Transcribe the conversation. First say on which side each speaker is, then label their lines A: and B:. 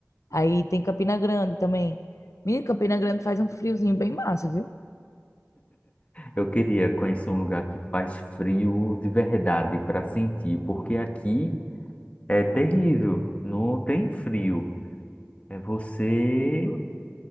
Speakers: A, on the left; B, on the left.
A: Aí tem Campina Grande também. Menino, Campina Grande faz um friozinho bem massa, viu?
B: Eu queria conhecer um lugar que faz frio de verdade para sentir, porque aqui é terrível, não tem frio. É você